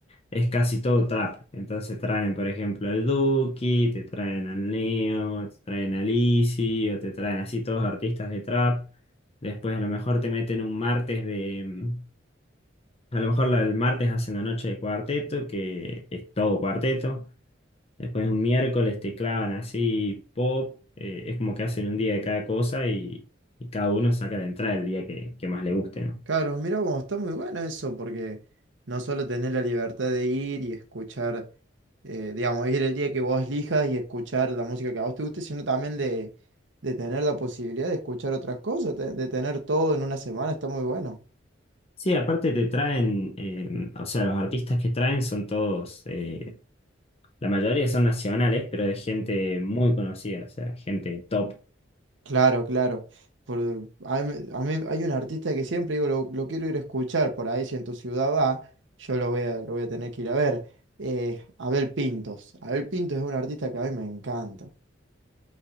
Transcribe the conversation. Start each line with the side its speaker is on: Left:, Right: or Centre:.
Left: es casi todo trap. Entonces traen, por ejemplo, al Duki, te traen al Neo, te traen a Lizzy, o te traen así todos artistas de trap. Después a lo mejor te meten un martes de... mm, A lo mejor la- el martes hacen la noche de cuarteto, que es todo cuarteto. Después un miércoles te clavan así pop. eh, es como que hacen un día de cada cosa y, y cada uno saca la entrada el día que, que más le guste, ¿no?
Right: Claro, mira vos, está muy bueno eso porque no solo tenés la libertad de ir y escuchar, eh, digamos, ir el día que vos elijas y escuchar la música que a vos te guste, sino también de, de tener la posibilidad de escuchar otras cosas, de de tener todo en una semana, está muy bueno.
Left: Sí, aparte te traen, eh, o sea, los artistas que traen son todos, eh, La mayoría son nacionales, pero de gente muy conocida, o sea, gente top.
Right: Claro, claro. Por, a mí, a mí hay un artista que siempre digo, lo, lo quiero ir a escuchar por ahí, si en tu ciudad va, yo lo voy a, lo voy a tener que ir a ver. Eh, Abel Pintos. Abel Pintos es un artista que a mí me encanta.